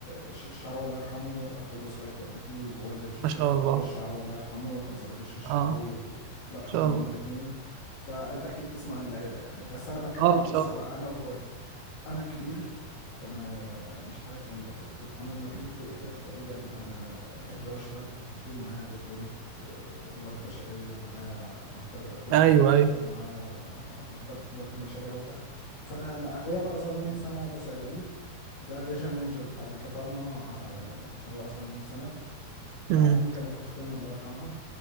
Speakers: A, on the left; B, on the right.
A: الشيخ الشعراوي الله يرحمه اخو جوز خاله والدتي ووالد الش- الشيخ
B: ما شاء
A: عبد
B: الله
A: الله الشعراوي الله يرحمه كان صديق الشيخ الشعراوي
B: اه ما
A: و- الله يرحمهم
B: شاء الله
A: هما الاثنين فانت اكيد تسمع عن العيله يعني بس انا بتكلم
B: اه
A: على
B: ما
A: الاسره
B: شاء الله
A: بقى انا واخواتي انا الكبير انا مش عارف ان ده كنت عملنا بريف وقلت لك تقريبا انا اللي هو اشتغلت كتير معايا دبلومه آه، موارد بشريه معايا محترف اداره
B: ايوه
A: موارد بشريه
B: ايوه
A: معايا محترف اداره المشاريع فانا انا اخويا بقى اصغر مني بسنه ده صيدلي ده الريجن مانجر بتاع دلتا فارما آه، هو اصغر مني بسنه
B: امم
A: بعدين كانت اختنا الله يرحمها